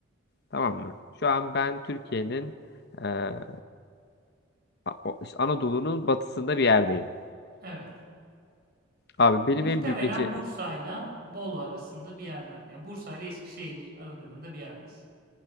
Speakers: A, on the left (about 55°); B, on the right (about 50°).
A: Tamam mı? Şu an ben Türkiye'nin e, A- o- işte Anadolu'nun batısında bir yerdeyim.
B: Evet.
A: Abi benim
B: Muhtemelen
A: en büyük ece-
B: Bursa'yla Bolu arasında bir yerlerde. Yani Bursa ile Eskişehir aralarında bir yerdesin.